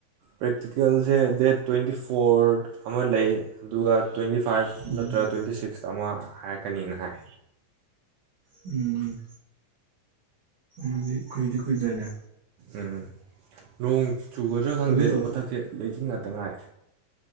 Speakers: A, on the right; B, on the right.
A: ꯄ꯭ꯔꯦꯛꯇꯤꯀꯦꯜꯁꯦ ꯗꯦꯠ ꯇ꯭ꯋꯦꯟꯇꯤ ꯐꯣꯔ ꯑꯃ ꯂꯩ ꯑꯗꯨꯒ ꯇꯣꯏꯟꯇꯤ ꯐꯥꯏꯞ
B: ꯎꯝ
A: ꯅꯠꯇ꯭ꯔꯒ ꯇꯣꯏꯟꯇꯤ ꯁꯤꯛꯁ ꯆꯥꯝꯃ ꯍꯥꯏꯔꯛꯀꯅꯤꯅ ꯍꯥꯏ
B: ꯎꯝ ꯑꯗꯤ ꯀꯏꯗꯤ ꯀꯣꯏꯗꯅ
A: ꯎꯝ ꯅꯣꯡ ꯆꯨꯒꯗ꯭ꯔꯥ ꯈꯪꯗꯦ
B: ꯑꯗꯨ ꯇꯧ
A: ꯃꯊꯛꯁꯦ ꯂꯩꯆꯤꯟ ꯉꯥꯛꯇ ꯉꯥꯏ